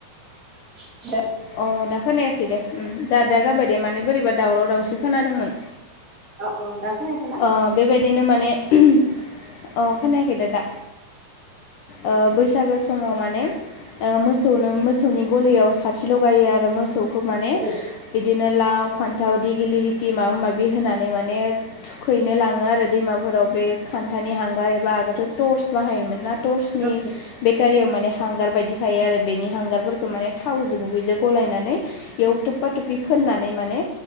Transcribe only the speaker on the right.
<unintelligible>
अ अ दा खोनायाखैना?
औ
औ